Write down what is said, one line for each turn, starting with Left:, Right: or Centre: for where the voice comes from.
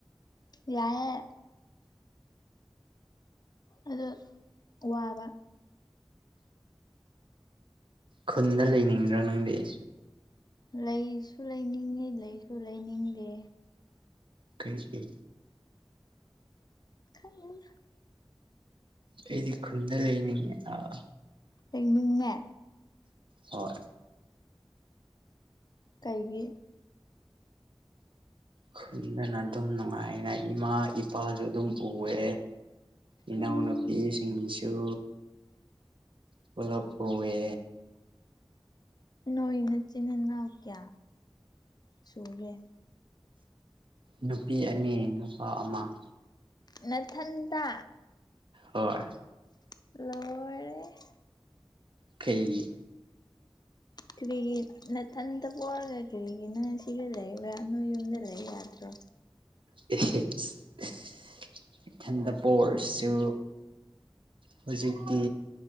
Left: ꯌꯥꯏꯌꯦ ꯑꯗꯨ ꯋꯥꯕ
Right: ꯈꯨꯟꯗ ꯂꯩꯅꯤꯡꯗ꯭ꯔꯣ ꯅꯪꯗꯤ
Left: ꯂꯩꯁꯨ ꯂꯩꯅꯤꯡꯉꯤ ꯂꯩꯁꯨ ꯂꯩꯅꯤꯡꯗꯦ
Right: ꯀꯩꯒꯤ
Left: ꯈꯪꯗꯦꯗ
Right: ꯑꯩꯗꯤ ꯈꯨꯟꯗ ꯂꯩꯅꯤꯡꯉꯦ ꯑꯥ
Left: ꯂꯩꯩꯅꯤꯡꯉꯦ
Right: ꯍꯣꯏ
Left: ꯀꯩꯒꯤ
Right: ꯈꯨꯟꯗꯅ ꯑꯗꯨꯝ ꯅꯨꯡꯉꯥꯏꯅꯥ ꯏꯃꯥ ꯏꯄꯥꯁꯨ ꯑꯗꯨꯝ ꯎꯋꯦ ꯏꯅꯥꯎꯅꯨꯞ
Left: ꯎꯝ
Right: ꯄꯤꯁꯤꯡꯁꯨ ꯄꯨꯂꯞ ꯎꯋꯦ
Left: ꯅꯣꯏ ꯅꯆꯤꯟ ꯅꯅꯥꯎ ꯀ꯭ꯌꯥ ꯁꯨꯒꯦ
Right: ꯅꯨꯄꯤ ꯑꯅꯤ ꯅꯨꯄꯥ ꯑꯃ
Left: ꯅꯊꯟꯇ
Right: ꯍꯣꯏ
Left: ꯂꯣꯏꯔꯦ
Right: ꯀꯩꯒꯤ
Left: ꯀꯔꯤꯒꯤ ꯅꯥꯊꯟꯇ ꯄꯣꯛꯔꯒ ꯀꯔꯤꯒꯤ ꯅꯪ ꯁꯤꯒ ꯂꯩꯕ꯭ꯔꯥ ꯅꯣꯏ ꯌꯨꯝꯗ ꯂꯩꯌꯨ ꯌꯥꯗ꯭ꯔꯣ
Right: <unintelligible> ꯏꯊꯟꯗ ꯄꯣꯔꯁꯨ ꯍꯨꯖꯤꯛꯇꯤ